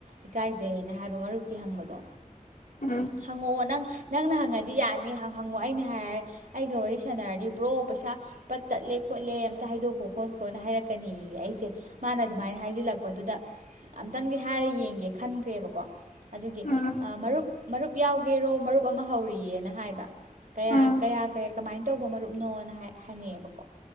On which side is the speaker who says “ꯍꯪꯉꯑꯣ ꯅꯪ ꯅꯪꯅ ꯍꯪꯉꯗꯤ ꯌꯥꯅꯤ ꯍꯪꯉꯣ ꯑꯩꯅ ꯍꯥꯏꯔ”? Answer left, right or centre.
Right